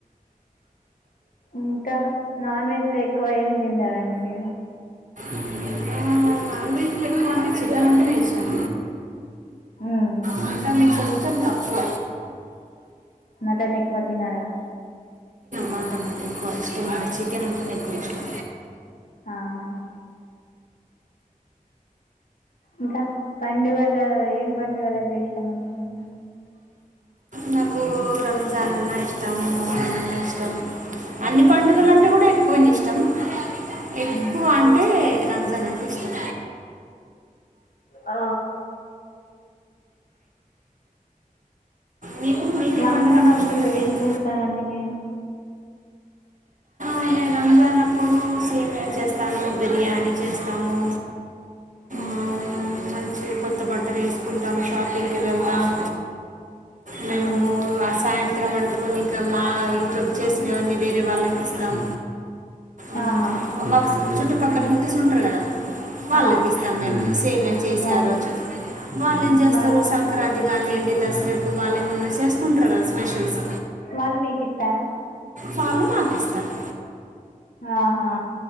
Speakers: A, on the left; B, on the right.
A: ఇంకా నాన్ వెజ్లో ఎక్కువ ఏం తింటారంండి మీరు?
B: ఉమ్ నాన్ వెజ్లో ఎక్కువ అంటే చికేన్ అంటేనే ఇష్టం.
A: ఉమ్
B: మటన్ కొంచెం తక్కువ
A: మటన్ ఎక్కువ తినరా?
B: మటన్ ఎక్కువ ఇష్టం ఉండదు, చికెన్ అంటేనే ఎక్కువ ఇష్టం.
A: ఆహా ఇంకా పండుగలో ఏం పండుగలు అంటే ఇష్టం అండి మీకు
B: నాకు రంజాన్ అన్నా ఇష్టం మోహరమ్ అన్నా ఇష్టం అన్ని పండుగలంటే కూడా ఎక్కువని ఇష్టం ఎక్కువ
A: మ్మ్.
B: అంటే రంజాన్ అంటే ఇష్టం
A: ఆ
B: మీకు మీకు
A: రంజాన్
B: ఏ పండుగ అంటే
A: అల్లుడు
B: ఇష్టం అండి
A: ఏం చేస్తారండి మీరు
B: ఆ నేను రంజానప్పుడు సేమియా చేస్తాను బిర్యానీ చేస్తాము
A: అ
B: ఆ మంచి కొత్త బట్టలు వేసుకుంటాం షాపింగ్కి వెళ్తాం మేము
A: మ్మ్.
B: ఆ సాయంత్రం వండుకొని ఇంక మా కుక్ చేసినవన్నీ వేరే వాళ్ళకి ఇస్తాం ఆ,
A: ఆహా
B: మా చుట్టుపక్కల హిందూస్ ఉంటారు కదా వాళ్ళకి
A: ఆ,
B: ఇస్తాం మేము సేమ్యా చేసి
A: వాళ్ళు
B: ఆ రోజు వాళ్ళు ఏం చేస్తారు
A: వాళ్ళు
B: సం సంక్రాంతి కానీయండి దసరకు వాళ్ళ ఏమన్నా చేసుకుంటారు కదా స్పెషల్స్
A: వాళ్ళు మీకు ఇస్తారా
B: వాళ్లు మాకిస్తారు
A: ఆహా